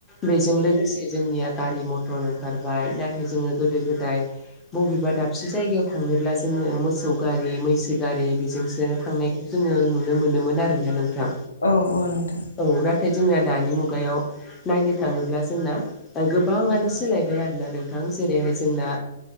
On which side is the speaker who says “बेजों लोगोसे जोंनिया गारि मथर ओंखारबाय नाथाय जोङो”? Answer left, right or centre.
Left